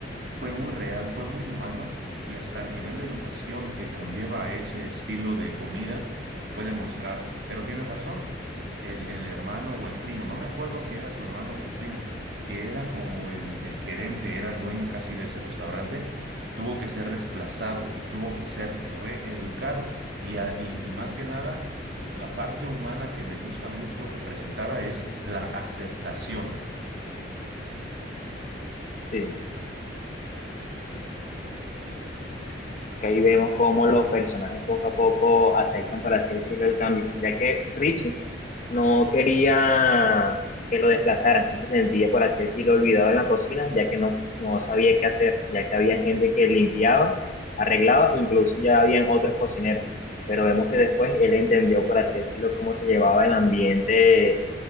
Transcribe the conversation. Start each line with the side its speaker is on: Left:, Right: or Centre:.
Right: fue muy real, fue muy humano y hasta el nivel de educación que conlleva ese estilo de comida fue demostrado. Pero tienes razón, el, el hermano o el primo, no me acuerdo si era su hermano o su primo, que era como el, el gerente, era el dueño casi de ese restaurante, tuvo que ser desplazado y tuvo que ser reeducado. Y, a- y, y más que nada, la parte humana que me gusta mucho representada es la aceptación.
Left: Sí que ahí vemos cómo los personajes poco a poco aceptan, por así decirlo, el cambio, ya que Richie No quería que lo desplazaran, se sentía, por así decirlo, olvidado en la cocina, ya que no, no sabía qué hacer, ya que había gente que limpiaba, arreglaba, incluso ya habían otros cocineros, pero vemos que después él entendió, por así decirlo, cómo se llevaba el ambiente en